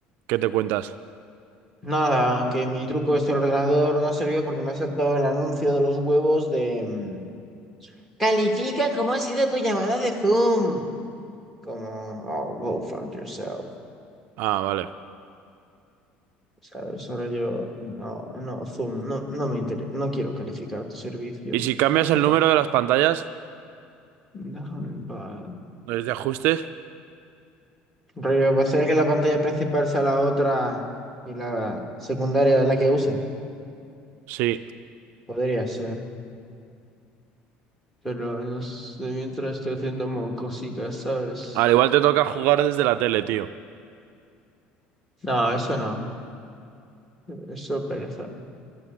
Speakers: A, on the right; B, in the centre.
A: ¿Qué te cuentas?
B: Nada, que mi truco este del ordenador no sirvió porque me ha saltado el anuncio de los huevos de... mm, Califica cómo ha sido tu llamada de Zoom. Como, oh, go fuck yourself.
A: Ah, vale.
B: ¿Sabes? Solo yo, no, no, Zoom, no, no me interesa, no quiero calificar tu servicio.
A: Y si cambias el
B: Déjame
A: número de las pantallas,
B: déjame en paz.
A: desde ajustes,
B: Rollo, va a ser que la pantalla principal sea la otra y la secundaria de la que use.
A: sí.
B: Podría ser. Pero no sé, mientras estoy haciendo mo- cositas, ¿sabes?
A: Al igual te toca jugar desde la tele, tío.
B: No, eso no. Eso pereza.